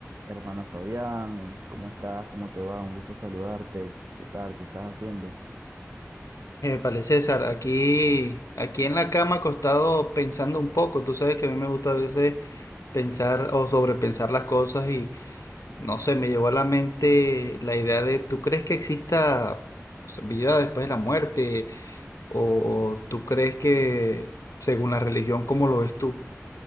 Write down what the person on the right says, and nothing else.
Hermano Fabián, ¿cómo estás? ¿Cómo te va? Un gusto saludarte. ¿Qué tal? ¿Qué estás haciendo?